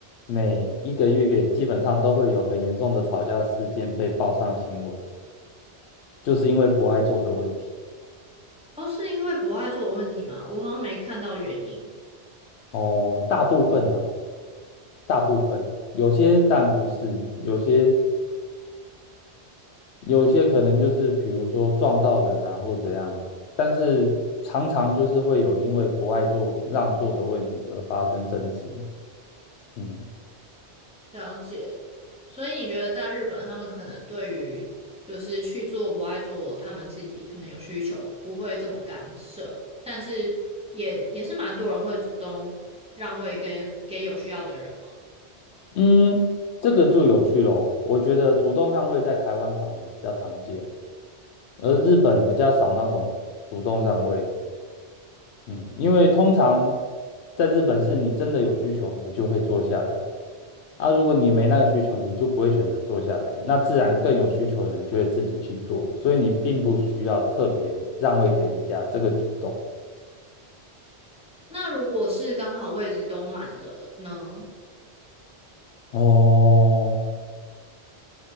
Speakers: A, on the left; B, in the centre.
A: 每一个月基本上都会有很严重的吵架事件被报上新闻，就是因为不爱做的问题。
B: 哦，是因为不爱做的问题吗？我好像没看到原因。
A: 哦，大部分啦，大部分啦，有些但不是，有些有些可能就是比如说撞到人啊或怎样，但是常常就是会有因为不爱做让座的问题而发生争执。嗯。
B: 了解，所以你觉得在日本，他们可能对于就是去做不爱做，他们自己可能有需求，不会这么干涉，但是也也是蛮多人会主动让位跟给有需要的人嘛。
A: 嗯，这个就有趣喽。我觉得主动让位在台湾反而比较常见，而日本比较少那种主动让位。嗯，因为通常在日本是你真的有需求，你就会坐下来。啊，如果你没那个需求，你就不会选择坐下来，那自然更有需求的人就会自己去做，所以你并不需要特别让位给人家这个举动。
B: 那如果是刚好位置都满了呢？
A: 哦，